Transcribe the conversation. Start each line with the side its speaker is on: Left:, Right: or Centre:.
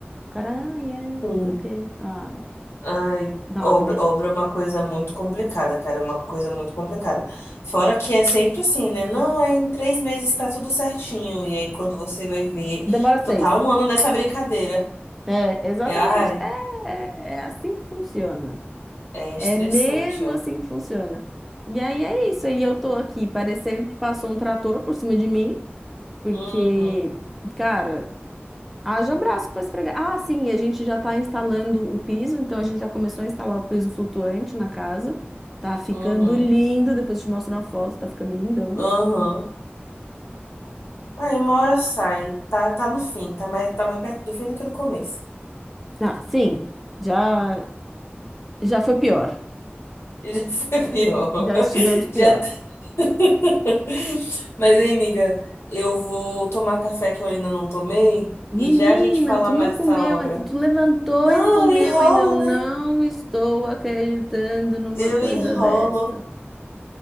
Centre: Caranha,
Left: Hum.
Centre: ok. Ah,
Left: Ai,
Centre: dá
Left: obra,
Centre: uma volta.
Left: obra é uma coisa muito complicada, cara, é uma coisa muito complicada. Fora que é sempre assim, né? Não, é em três meses tá tudo certinho. E aí quando você vai ver,
Centre: Demora seis.
Left: tu tá um ano nessa brincadeira.
Centre: É, exatamente.
Left: É, ai,
Centre: É, é, é assim que funciona.
Left: é
Centre: É
Left: estressante,
Centre: mesmo
Left: ó.
Centre: assim que funciona. E aí é isso. E eu tô aqui parecendo que passou um trator por cima de mim, porque,
Left: Uhum,
Centre: cara, haja braço pra esfregar. Ah, sim, e a gente já tá instalando o piso, então a gente já começou a instalar o piso flutuante na casa. Tá ficando
Left: uhum,
Centre: lindo. Depois eu te mostro uma foto, tá ficando lindão.
Left: uhum. Aí uma hora sai, tá, tá no fim, tá mais, tá mais perto do fim do que do começo.
Centre: Ah, sim, já, já foi pior.
Left: E já <laughs> foi pior.
Centre: Já estivemos pior.
Left: Já tá... <laughs> Mas, hein, amiga, eu vou tomar café que eu ainda não tomei
Centre: Menina,
Left: e já a gente fala
Centre: tu
Left: mais
Centre: não comeu,
Left: dessa obra.
Centre: aí tu tu levantou
Left: Não,
Centre: e não comeu
Left: eu enrolo,
Centre: ainda. Eu não
Left: né?
Centre: estou acreditando numa
Left: Eu
Centre: coisa
Left: enrolo.
Centre: dessa.